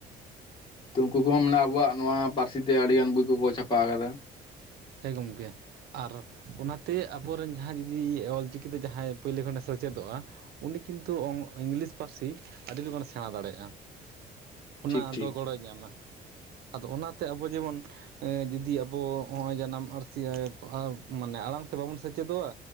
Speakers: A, on the left; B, on the right.
A: ᱛᱚ ᱩᱱᱠᱩ ᱠᱚᱦᱚᱸ ᱢᱟᱱᱮ ᱟᱵᱚᱣᱟᱜ ᱱᱚᱣᱟ ᱯᱟᱹᱨᱥᱤ ᱛᱮ ᱟᱹᱰᱤ ᱜᱟᱱ ᱵᱳᱭ ᱠᱚᱠᱚ ᱪᱷᱟᱯᱟ ᱟᱠᱟᱫᱟ᱾
B: ᱦᱮᱸ ᱜᱚᱢᱠᱮ᱾ ᱟᱨ ᱚᱱᱟᱛᱮ ᱟᱵᱚᱨᱮᱱ ᱡᱟᱦᱟᱸᱭ ᱡᱩᱫᱤ ᱚᱞ ᱪᱤᱠᱤᱛᱮ ᱡᱟᱦᱟᱸᱭ ᱯᱳᱭᱞᱳ ᱠᱷᱚᱱᱮ ᱥᱮᱪᱮᱫᱚᱜᱼᱟ, ᱩᱱᱤ ᱠᱤᱱᱛᱩ ᱤᱝᱞᱤᱥ ᱯᱟᱹᱨᱥᱤ ᱟᱹᱰᱤ ᱞᱚᱜᱚᱱ ᱮ ᱥᱮᱬᱟ ᱫᱟᱲᱮᱭᱟᱜᱼᱟ ᱾ ᱚᱱᱟ
A: ᱴᱷᱤᱠ ᱴᱷᱤᱠ
B: ᱫᱚ ᱜᱚᱲᱚᱭ ᱧᱟᱢᱟ ᱟᱫᱚ ᱚᱱᱟᱛᱮ ᱟᱵᱚ ᱡᱮᱢᱚᱱ ᱡᱩᱫᱤ ᱟᱵᱚ ᱦᱚᱜ ᱱᱚᱼᱚᱭ ᱡᱟᱱᱟᱢ ᱯᱟᱹᱨᱥᱤ ᱟᱭᱳ ᱢᱟᱱᱮ ᱟᱲᱟᱝᱛᱮ ᱵᱟᱵᱚᱱ ᱥᱮᱪᱮᱫᱚᱜᱼᱟ?